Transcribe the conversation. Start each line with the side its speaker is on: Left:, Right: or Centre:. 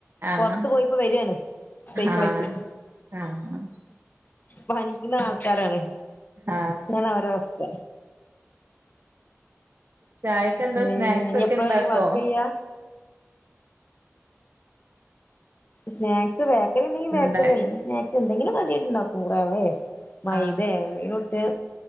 Right: ആഹ്
Left: പൊർത്ത് പോയിപ്പോ വരാണ് സൈക്കിളേറ്റ്
Right: ആഹ് ആഹ്
Left: പനിക്ക്ണ ആൾക്കാരാണ്
Right: ആഹ്
Left: താണ് അവരവസ്ഥ
Right: ചായക്കെന്താ
Left: പിന്നെ
Right: സ്നാക്സ്
Left: ഇനി
Right: ഒക്കെ
Left: എപ്പഴാ
Right: ണ്ടാക്കോ
Left: ഈ വർക്ക് ചെയ്യാ സ്നാക്സ് ബേക്കറിണ്ടെങ്കി ബേക്കറി
Right: ഇണ്ടാ
Left: അല്ലെങ്കി സ്നാക്സ് എന്തങ്കിലും കഡ്യായിട്ടുണ്ടാവും റവേ മൈദേ
Right: ആഹ്
Left: എന്തെങ്കിലുട്ട്